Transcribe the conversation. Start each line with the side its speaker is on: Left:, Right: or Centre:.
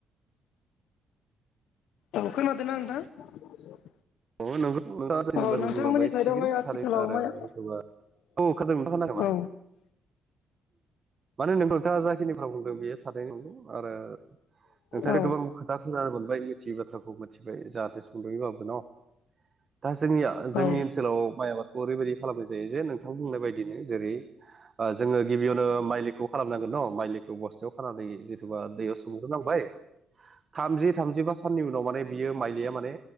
Left: औ खोनादोंना नोंथां
Right: अ नोंथां <unintelligible>
Left: औ नोंथांमोननि
Right: बुंलाबाय
Left: साइडआवहाय
Right: थिगैनो
Left: आथिखालाव
Right: थारै आरो
Left: माइ औ
Right: जथ'बा औ खोनादों नोंथाङा खोनाखै नामा
Left: औ
Right: माने नोंथांङा जाखिनिफ्रा बुंदों बेयो थानायनि नंगौ आरो <unintelligible> नोंथांङा
Left: औ
Right: गोबां खोथा खोनानो मोनबाय मिथियै बाथ्राखौ मिथिबाय जाहाथे सुंद'योबाबो न' दा जोंनिया जोंनि
Left: औ
Right: ओनसोलाव माइ आबादखौ ओरैबायदि खालामनाय जायो जे नोंथां बुंनाय बायदिनो जेरै ओ जोंङो गिबियावनो माइलिखौ खालामनांगोन न' माइलिखौ बस्थायाव खानानै जिथुबा दैयाव <unintelligible> थामजि थामजिबा साननि उनाव माने बियो माइलिया माने